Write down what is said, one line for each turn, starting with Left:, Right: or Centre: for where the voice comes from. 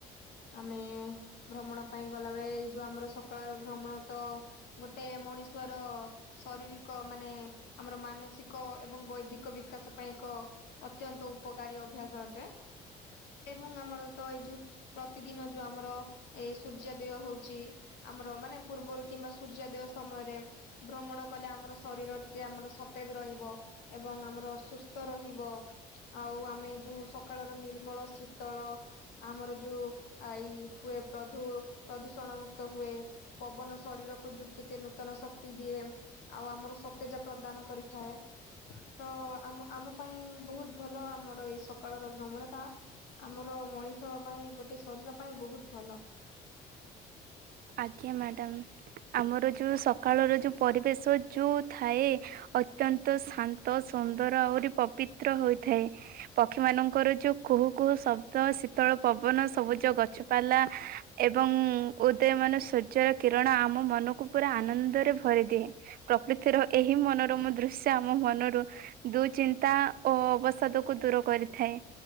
Left: ଆମେ ଭ୍ରମଣ ପାଇଁ ଗଲାବେଳେ ଏଇ ଯୋଉ ଆମର ସକାଳ ର ଭ୍ରମଣ ତ ଗୋଟେ ମଣିଷ୍ବର ଶରୀରିକ ମାନେ ଆମର ମାନସିକ ଏବଂ ବୈଧିକ ବିକାଶ ପାଇଁ କ ଅତ୍ୟନ୍ତ ଉପକାରୀ ଅଭ୍ୟାସ ଅଟେ ଏବଂ ଆମର ତ ଏଇ ଯୋଉ ପ୍ରତିଦିନ ଯୋଉ ଆମର ଏ ସୂର୍ଯ୍ୟଦେୟ ହଉଛି ଆମର ମାନେ ପୂର୍ବରୁ କିମ୍ବା ସୂର୍ଯ୍ୟାଦେୟ ସମୟରେ ଭ୍ରମଣ କଲେ ଆମର ଶରୀର ଟିକେ ଆମର ସତେଜ ରହିବ। ଏବଂ ଆମର ସୁସ୍ଥ ରହିବ ଆଉ ଆମେ ଯୋଉ ସକାଳର ନିର୍ମଳ ଶୀତଳ ଆମର ଯୋଉ ଆଇ ହୁଏ ପ୍ରଧୂ ପ୍ରଧୂଷଣ ମୁକ୍ତ ହୁଏ। ପବନ ଶରୀରକୁ ଯୋଉ ଟିକେ ନୂତନ ଶକ୍ତି ଦିଏ। ଆଉ ଆମର ସତେଜା ପ୍ରଦାନ କରିଥାଏ। ତ ଆମ ଆମ ପାଇଁ ବହୁତ ଭଲ ଆମର ଏଇ ସ କାଳର ଭ୍ରମଣ ଟା ଆମର ମଣିଷ ପାଇଁ ଗୋଟେ ଶରୀର ପାଇଁ ବହୁତ ଭଲ।
Right: ଆଜ୍ଞା ମାଡ଼ାମ୍ ଆମର ଯୋଉ ସକାଳର ଯୋଉ ପରିବେଶ ଯୋଉ ଥାଏ ଅତ୍ୟନ୍ତ ଶାନ୍ତ ସୁନ୍ଦର ଆହୁରି ପବିତ୍ର ହୋଇଥାଏ। ପକ୍ଷୀ ମାନଙ୍କର ଯୋଉ କୁହୁ କୁହୁ ଶବ୍ଦ ଶୀତଳ ପବନ ସବୁଜ ଗଛପାଲା ଏବଂ ଓ ଏତେ ମାନେ ସୂର୍ଯ୍ୟର କିରଣ ଆମ ମନକୁ ପୁରା ଆନନ୍ଦରେ ଭରିଦିଏ। ପ୍ରକୃତିର
Left: ଆଜ୍ଞା।
Right: ଏହି ମନୋରମ ଦୃଶ୍ ଆମ ମନରୁ ଦୁଚିନ୍ତା ଓ ଅବସାଦ କୁ ଦୂର କରିଥାଏ।